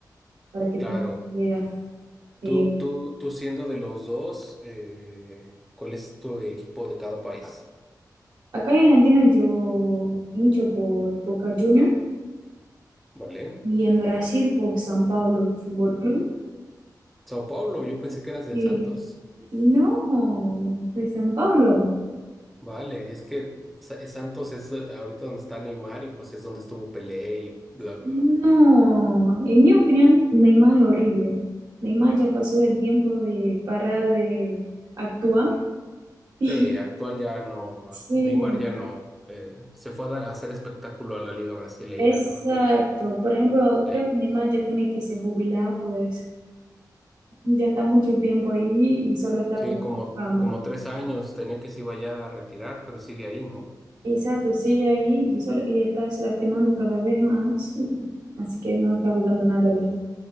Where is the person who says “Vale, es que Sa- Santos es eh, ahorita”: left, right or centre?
Centre